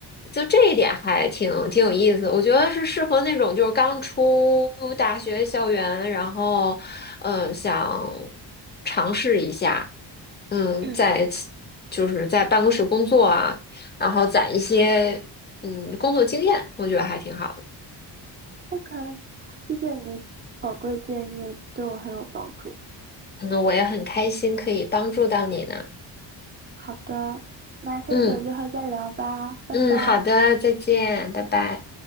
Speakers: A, on the left; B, on the right.
A: 就这一点还挺挺有意思，我觉得是适合那种就是刚出大学校园，然后，嗯、想尝试一下，嗯，
B: 嗯
A: 在其就是在办公室工作啊，然后攒一些嗯工作经验，我觉得还挺好的。
B: ，OK，谢谢你的宝贵建议，对我很有帮助。
A: 嗯，我也很开心可以帮助到你呢。
B: 好的，那下次有机会再聊吧，
A: 嗯
B: 拜拜。
A: 嗯，好的，再见，拜拜。